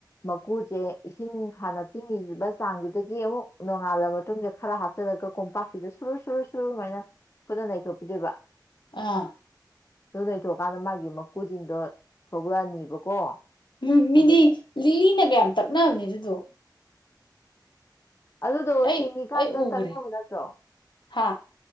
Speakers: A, on the left; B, on the left.
A: ꯃꯀꯨꯁꯦ ꯏꯁꯤꯡ ꯍꯥꯟꯅ ꯇꯤꯡꯉꯤꯕ ꯆꯥꯡꯗꯨꯗꯒꯤ ꯑꯃꯨꯛ ꯅꯣꯡꯉꯥꯜꯂꯕ ꯃꯇꯨꯡꯗ ꯈꯔ ꯍꯥꯞꯆꯜꯂꯒ ꯀꯣꯝꯄꯥꯛꯁꯤꯗ ꯁꯨꯔ ꯁꯨꯔ ꯁꯨꯔꯨ ꯁꯨꯃꯥꯏꯅ ꯈꯨꯠ ꯅꯩꯊꯣꯛꯄꯤꯗꯣꯏꯕ
B: ꯑꯥ
A: ꯑꯗꯨ ꯅꯩꯊꯣꯛꯀꯥꯟꯗ ꯃꯥꯒꯤ ꯃꯀꯨꯁꯤꯡꯗꯣ ꯊꯣꯛꯂꯛꯑꯅꯤꯕꯀꯣ
B: ꯎꯝ ꯃꯤꯅꯤ
A: ꯑꯗꯨꯒ
B: ꯂꯤꯂꯤꯅ ꯀꯌꯥꯝ ꯇꯛꯅꯕꯅꯦ ꯑꯗꯨꯗꯣ
A: ꯑꯗꯨꯗꯣ
B: ꯑꯩ
A: ꯍꯤꯡꯉꯤꯀꯥꯟꯗ
B: ꯑꯩ ꯎꯈ꯭ꯔꯦ
A: ꯇꯪꯅꯕ ꯅꯠꯇ꯭ꯔꯣ
B: ꯍꯥ